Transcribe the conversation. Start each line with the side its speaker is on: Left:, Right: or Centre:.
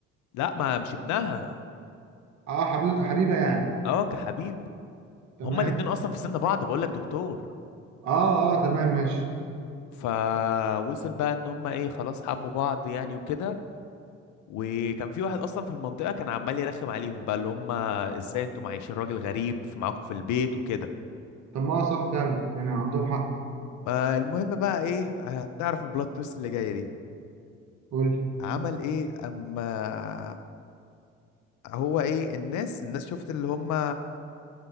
Left: لا ما مش ابنها
Right: اه حبيته كحبيبه يعني
Left: اه كحبيب
Right: تمام
Left: هما الاتنين اصلا في سن بعض بقولك دكتور
Right: اه اه تمام ماشي
Left: فوصل بقى ان هما ايه خلاص حبوا بعض يعني وكده وكان في واحد اصلا في المنطقة كان عمال يرخم عليهم بقى اللي هما ازاي انتوا معيشين راجل غريب في معاكم في البيت وكده
Right: طب ما هو صح فعلا يعني عندهم حق
Left: ما المهم بقى ايه هتعرف البلوت تويست اللي جايه دي
Right: قول لي
Left: عمل ايه اما هو ايه الناس الناس شفت اللي هم